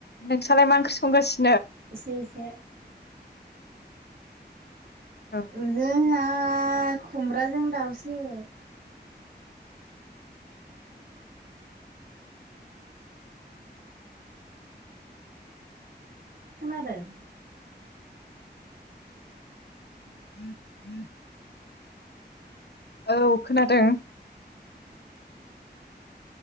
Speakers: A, on the left; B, on the right.
A: नोंसालाय मा ओंख्रि संगासिनो?
B: एसे, एसे
A: औ
B: ओ जोंहा हा खुमब्राजों दाउसो। खोनादों?
A: <inaudible> औ खोनादों।